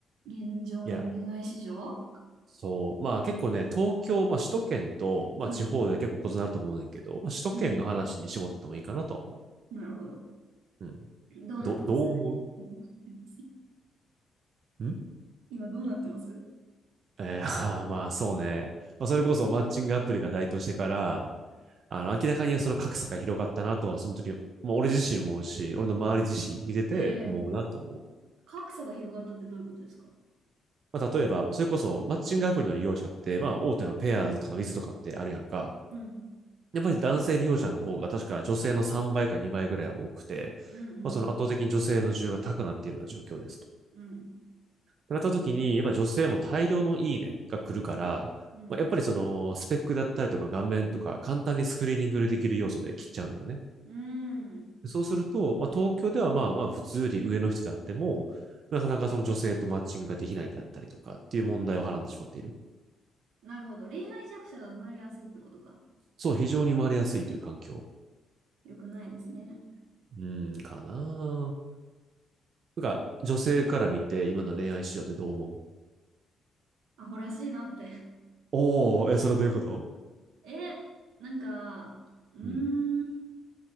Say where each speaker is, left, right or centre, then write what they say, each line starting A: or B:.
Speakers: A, on the right; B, on the right.
A: 現状の恋愛市場
B: いや、そう。まあ結構ね、東京、まあ首都圏と、まあ地方で結構異なると思うねんけど、
A: うん、
B: まあ首都圏の話に絞ってもいいかなとは思
A: うん。なるほど。
B: う。うん。
A: どうなってます
B: ど、どう思
A: どうなってます <laughs>
B: うん
A: 今どうなってます
B: えー、<laughs> まあそうね。まあそれこそマッチングアプリが台頭してから、あの、明らかにその格差が広がったなとは、その時、まあ俺自身も思うし、俺の周り自身見てて思うなと思う。
A: ええ格差が広がったってどういうことですか
B: まあ例えば、それこそマッチングアプリの利用者って、まあ大手のペアーズとかウィズとかってあるやんか。
A: うん。
B: やっぱり男性利用者の方が確か女性の3倍か2倍ぐらいは多くて、
A: うんうんうん。
B: まあ、その圧倒的に女性の需要が高くなっているような状況ですと。っ
A: うん。
B: てなった時に、やっぱり女性も大量のいいねが来るから、
A: うん。
B: まあ、やっぱりそのスペックだったりとか顔面とか簡単にスクリーニングできる要素で切っちゃうのよね。
A: うん。
B: そうすると、まあ、東京ではまあまあ普通より上の人であっても、なかなかその女性とマッチングができないであったりとかっていう問題をはらんでしまっている。
A: なるほど。恋愛弱者が生まれやすいってことか。
B: そう、非常に生まれやすいという環境。
A: よくないですね。
B: うん、かななんか、女性から見て、今の恋愛市場ってどう思う
A: アホらしいなって。
B: おー、え、それはどういうこと
A: <laughs> え、なんか、うー
B: うん、
A: ん。